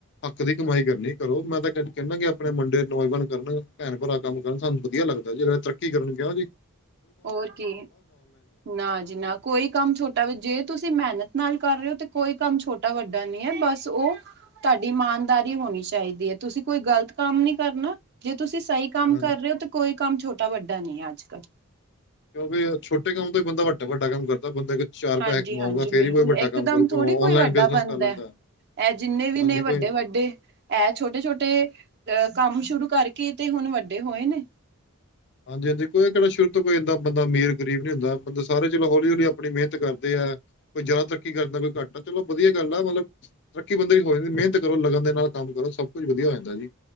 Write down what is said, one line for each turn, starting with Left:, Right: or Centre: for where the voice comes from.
Left: ਹੱਕ ਦੀ ਕਮਾਈ ਕਰਨੀ ਕਰੋ, ਮੈਂ ਤਾਂ ਕ ਕਹਿੰਦਾ ਕਿ ਆਪਣੇ ਮੁੰਡੇ ਨੌਜਵਾਨ, ਕਰਨ ਭੈਣ -ਭਰਾ। ਕੰਮ ਕਰਨ ਸਾਨੂੰ ਵਧੀਆ ਲੱਗਦਾ, ਜਿਹੜਾ ਤਰੱਕੀ, ਕਰਨ ਗਿਆ ਉ ਦ
Right: ਹੋਰ ਕੀ। ਨਾ ਜੀ ਨਾ। ਕੋਈ ਕੰਮ, ਛੋਟਾ ਵ ਜੇ ਤੁਸੀਂ ਮਿਹਨਤ ਨਾਲ ਕਰ ਰਹੇ ਹੋ ਤੇ, ਕੋਈ ਕੰਮ ਛੋਟਾ ਵੱਡਾ ਨਈ ਐ ਬਸ ਉਹ ਤਾਡੀ ਇਮਾਨਦਾਰੀ ਹੋਣੀ ਚਾਈਦੀ ਏ, ਤੁਸੀਂ ਕੋਈ ਗ਼ਲਤ ਕੰਮ ਨੀ ਕਰਨਾ, ਜੇ ਤੁਸੀਂ ਸਈ ਕੰਮ
Left: ਹਾਂ
Right: ਕਰ ਰਹੇ ਹੋ ਤੇ, ਕੋਈ ਕੰਮ ਛੋਟਾ -ਵੱਡਾ ਨੀ ਐ ਅੱਜ- ਕੱਲ
Left: ਕਿਉਂਕਿ, ਛੋਟੇ ਕੰਮ ਤੋਂ ਹੀ ਬੰਦਾ ਵਡਾ-ਵਡਾ ਕੰਮ ਕਰਦਾ ਬੰਦਾ ਕੋਈ, ਚਾਰ
Right: ਹਾਂਜੀ
Left: ਪੈਸੇ ਕਮਾਉਗਾ
Right: ਹਾਂਜੀ
Left: ਫੇਰ
Right: ਬਿਲਕੁਲ
Left: ਹੀ, ਕੋਈ ਵੱਡਾ
Right: ਇਕਦਮ
Left: ਕੰਮ ਕਰੂਗਾ,
Right: ਥੋੜ੍ਹੀ ਕੋਈ
Left: ਔਨਲਾਈਨ,
Right: ਵੱਡਾ
Left: ਬਿਜਨਸ
Right: ਬਣਦਾ
Left: ਕਰ ਲੈਂਦਾ ਹੈ।
Right: ਇਹ, ਜਿੰਨੇ ਵੀ
Left: ਹਾਂਜੀ
Right: ਨੇ ਵੱਡੇ
Left: ਕੋਈ
Right: -ਵੱਡੇ ਇਹ ਛੋਟੇ- ਛੋਟੇ ਅਹ ਕੰਮ ਸ਼ੁਰੂ ਕਰਕੇ ਤੇ ਹੁਣ ਵੱਡੇ ਹੋਏ ਨੇ,
Left: ਹਾਂਜੀ- ਹਾਂਜੀ ਕੋਈ ਕਿਹੜਾ ਸ਼ੁਰੂ ਤੋਂ ਕੋਈ ਇਦਾਂ ਬੰਦਾ ਅਮੀਰ- ਗਰੀਬ ਨਈ ਹੁੰਦਾ, ਬੰਦਾ ਸਾਰੇ ਚਲੋ ਹੌਲੀ- ਹੌਲੀ ਆਪਣੀ ਮਿਹਨਤ ਕਰਦੇ ਆ। ਕੋਈ ਜ਼ਿਆਦਾ, ਤਰੱਕੀ ਕਰਦਾ, ਕੋਈ ਘੱਟ ਆ ਚਲੋ ਵਧੀਆ, ਗੱਲ ਆ ਮਤਲਬ ਤਰੱਕੀ ਬੰਦੇ ਹੋ ਜਾਂਦੀ, ਮਿਹਨਤ ਕਰੋ ਲਗਨ ਦੇ ਨਾਲ ਕੰਮ ਕਰੋ, ਸਭ ਕੁਛ ਵਧੀਆ ਜਾਂਦਾ ਜੀ,